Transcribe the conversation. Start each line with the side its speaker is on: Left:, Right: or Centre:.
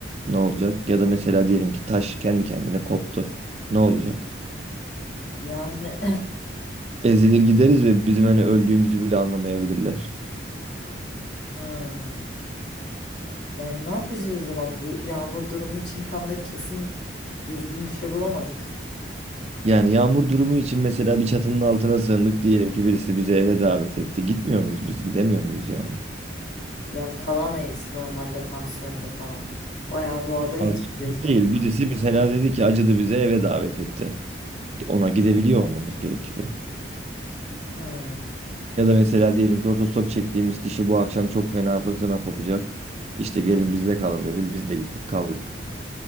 Right: ne olacak? Ya da mesela diyelim ki taş kendi kendine koptu. Ne olacak?
Left: Yani
Right: Ezilir gideriz ve bizim hani öldüğümüzü bile anlamayabilirler.
Left: hmm. Yani ne yapacağız o zaman bu yağmur durumu için tam da kesin düzgün bir şey bulamadık.
Right: Yani yağmur durumu için mesela bir çatının altına sığındık diyelim ki birisi bizi eve davet etti. Gitmiyor muyuz biz? Gidemiyor muyuz yani?
Left: Ya kalamayız normalde pansiyonda falan. Bayağı doğada geçireceğiz
Right: Aslında
Left: bunu.
Right: Değil. Birisi mesela dedi ki acıdı bize eve davet etti. Ona gidebiliyor olmamız gerekiyor.
Left: Hmm.
Right: Ya da mesela diyelim ki otostop çektiğimiz kişi bu akşam çok fena fırtına kopacak. İşte gelin bizde kalın dedi. Biz de gittik kaldık.